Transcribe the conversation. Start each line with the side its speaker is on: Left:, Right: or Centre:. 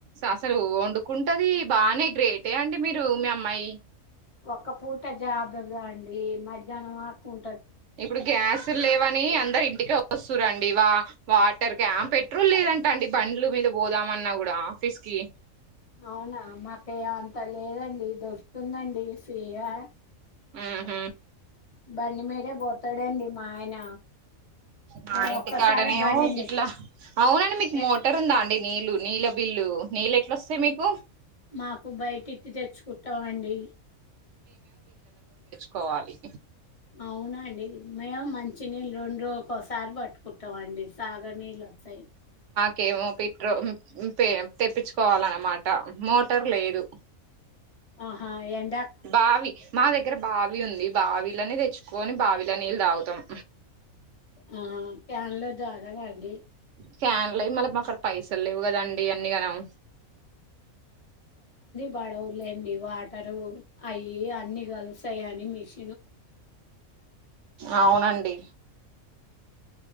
Right: అసలు వండుకుంటది బానే గ్రేటే అండి మీరు మీ అమ్మాయి
Left: ఒక్క పూట జాబె గా అండి మధ్యాహ్నం వరకు ఉం
Right: ఇప్పుడు గ్యాసు ల్లేవని అందరు ఇంటి ఇక వస్తు రండి వా వాటర్ క పెట్రోల్ లేదంట అండి బండ్లు మీద పోదామన్నా కూడా ఆఫీస్ కి
Left: అవున మాకేయ అంత లేదండి దొస్తుందండి సీయా
Right: ఆహ
Left: బండి మీదె పోతాడండి మా ఆయన
Right: మా
Left: మేము
Right: ఇంటి
Left: ఒక్కసారి
Right: కాడనేమో
Left: బండిని
Right: గిట్ల అవునండి మీకు
Left: మే-
Right: మోటర్ ఉందా అండి నీళ్లు నీళ్ళ బిల్లు నీళ్ళు ఎట్లోస్తాయి మీకు
Left: మాకు బయటికి తెచ్చుకుంటం అండి
Right: కొవాలి
Left: అవునండి మేము మంచిినీళ్ళు రెండు ఒకొసారి పట్టుకుంటాం అండి తాగ నీల్లోస్తాయి
Right: కేమో పిట్రో తెప్పించుకోవాలన్నమాట మోటార్ లేదు
Left: ఆహా ఎం
Right: బావి మా దగ్గర బావి ఉంది బావిలనె తెచ్చుకోొని బావిల నీళ్ళు తాగుతాం
Left: ఆ ఫ్యాన్లో దాగావ అండి
Right: ఫ్యాన్లోయి మళ్ళ మా అక్కడ పైసలు లేవు కదండి అన్నీ కనం
Left: పడవలేండి వాటరు అవి అన్ని కలుస్తాయి అని మిష
Right: అవునండి